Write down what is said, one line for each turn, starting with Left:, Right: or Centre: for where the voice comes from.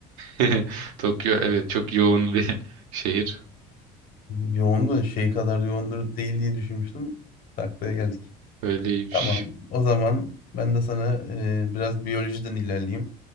Right: <laughs> Tokyo evet çok yoğun bir <laughs> şehir.
Left: Yoğun da şey kadar yoğundur değil diye düşünmüştüm. Taklaya geldik.
Right: Öyleymiş.
Left: Tamam. O zaman ben de sana e, biraz biyolojiden ilerleyeyim.